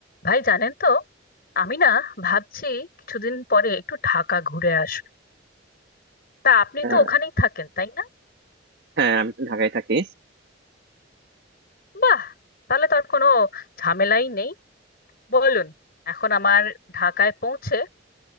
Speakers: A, on the left; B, on the right.
A: ভাই জানেন তো আমি না ভাবছি কিছুদিন পরে একটু ঢাকা ঘুরে আসবো তা আপনি
B: হ্যাঁ
A: তো ওখানেই থাকেন তাই না
B: হ্যাঁ আমি তো ঢাকায় থাকি
A: বাহ তাহলে তো আর কোনো ঝামেলাই নেই বলুন এখন আমার ঢাকায় পৌঁছে